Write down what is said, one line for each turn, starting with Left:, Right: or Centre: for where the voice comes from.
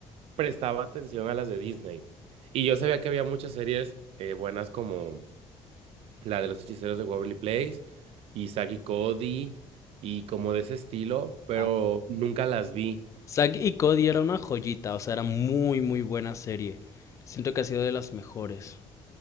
Right: prestaba atención a las de Disney. Y yo sabía que había muchas series eh, buenas como la de los hechiceros de Waverly Place y Saki Cody y como de ese estilo, pero
Left: ah,
Right: nunca las vi.
Left: Zack y Cody era una joyita, o sea, era muy, muy buena serie. Siento que ha sido de las mejores.